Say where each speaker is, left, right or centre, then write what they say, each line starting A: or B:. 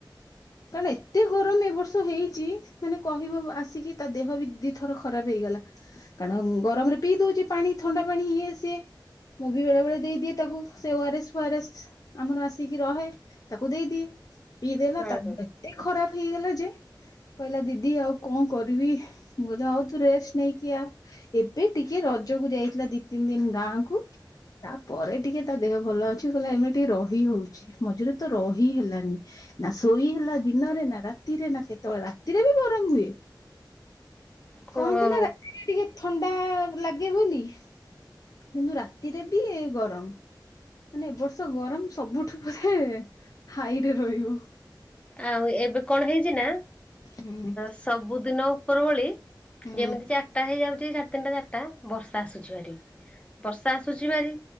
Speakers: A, on the left; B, on the left.
A: କାରଣ ଏତେ ଗରମ ଏ ବର୍ଷ ହେଇଛି ମାନେ କହିବ ଆସିକି ତା ଦେହ ବି ଦିଥର ଖରାପ ହେଇଗଲା। କାରଣ ଗରମ ରେ ପିଇ ଦଉଛି ପାଣି ଥଣ୍ଡା ପାଣି ଇଏ ସିଏ ମୁଁ ବି ବେଳେ ବେଳେ ଦେଇଦିଏ ତାକୁ ସେ O R S. O R S ଆମର ଆସିକି ରହେ ତାକୁ ଦେଇଦିଏ। ପିଇଦେଲା
B: ହଁ
A: ତାର
B: ହଁ
A: ଦିହ ଏ ଖରାପ ହେଇଗଲା ଯେ କହିଲା ଦିଦି ଆଉ କଣ କରିବି। ମୁଁ କହିଲି ହଉ ତୁ ରେଷ୍ଟ ନେଇକି ଆ। ଏବେ ଟିକେ ରଜକୁ ଯାଇଥିଲା ଦି ତିନି ଦିନ ଗାଁ କୁ। ତାପରେ ଟିକେ ତା ଦେହ ଭଲ ଅଛି। ଗଲା ଏମ ଟିକେ ରହି ହଉଛି ମଝିରେ ତ ରହି ହେଲାନି। ନା ଶୋଇ ହେଲା ଦିନରେ ନା ରାତିରେ ନା କେତେବେଳେ ରାତିରେ ବି ଗରମ ହୁଏ।
B: ହଁ।
A: କହନ୍ତି ନା ରାତିରେ ଟିକେ ଥଣ୍ଡା ଲାଗେ ବୋଲି। କିନ୍ତୁ ରାତିରେ ବି ଗରମ। ମାନେ ଏ ବର୍ଷ ଗରମ ସବୁଠୁ ବୋଧେ ହାଇରେ ରହିବ।
B: ଆଉ ଏବେ କଣ ହେଇଛି ନା
A: ହୁଁ
B: ସବୁଦିନ ଉପର ଓଳି
A: ହୁଁ।
B: ଯେମିତି ଚାରିଟା ହେଇଯାଉଛି ସାଢେ ତିନିଟା ଚାରିଟା ବର୍ଷା ଆସୁଛି ଭାରି। ବର୍ଷା ଆସୁଛି ଭାରି